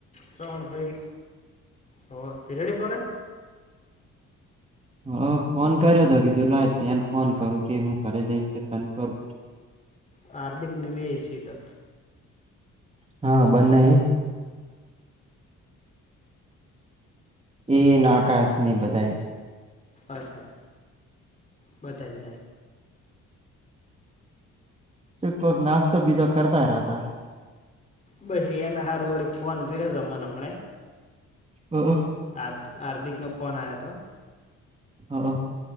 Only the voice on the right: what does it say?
હ ફોન કર્યો તો કીધું લ ત્યા ફોન કરું કે હું ઘરે જઈને કે તન કરું
હા બન્ને હે એ ના આકાશ ને બધાયે
કોઈક નાસ્તો બીજો કરતા રહતા.
<unintelligible>
હઅ.